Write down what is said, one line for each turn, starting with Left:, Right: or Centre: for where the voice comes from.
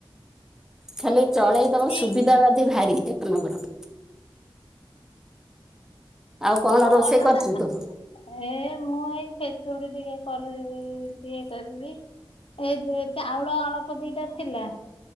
Centre: ଖାଲି ଚଳେଇ ଦବ
Left: ଏଇ
Centre: ସୁବିଧା ବାଦି ଭାରି ଏକ ନମ୍ବର। ଆଉ କଣ
Left: ତୁ
Centre: ରୋଷେଇ
Left: ଅଲଗା
Centre: କରିଛୁ ତୁ
Left: ଏ ମୁଁ ଏଇ ଖେଚୁଡି ଟିକେ କରିବି। ଇଏ କରିବି ଏ ଯେ ଚାଉଳ ଅଳପ ଦିଟା ଥିଲା।